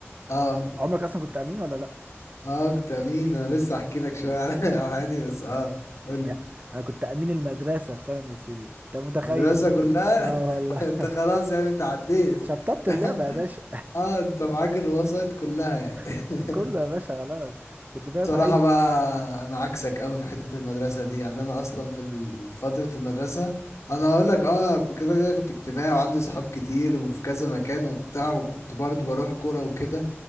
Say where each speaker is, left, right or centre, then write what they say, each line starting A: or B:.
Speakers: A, on the left; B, on the right.
A: اه
B: عمرك أصلا كنت أمين ولا لأ؟
A: اه كنت امين انا لسه احكي لك شوية على <laughs> على حياتي بس اه قول
B: لا
A: لي
B: أنا كنت أمين المدرسة في سنة من السنين أنت متخيل؟
A: مدرسة كلها
B: اه والله
A: <laughs> انت خلاص يعني انت عديت
B: شطبت اللعبة
A: <laughs>
B: يا باشا
A: اه انت معاك الوسائط كلها يعني <laughs>
B: <laughs> كله يا باشا خلاص كنت فاهم
A: بصراحة
B: أي
A: بقى انا عكسك قوي في حتة المدرسة دي يعني انا اصلا في ال- فترة المدرسة انا هقول لك اه كده كده كنت اجتماعي وعندي صحاب كتير وفي كذا مكان وبتاع وكنت برضو بروح كورة وكده